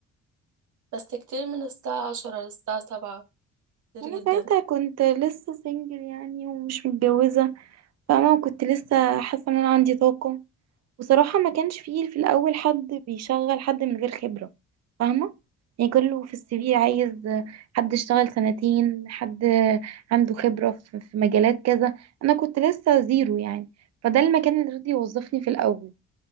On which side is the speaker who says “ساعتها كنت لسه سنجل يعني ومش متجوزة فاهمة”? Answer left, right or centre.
Right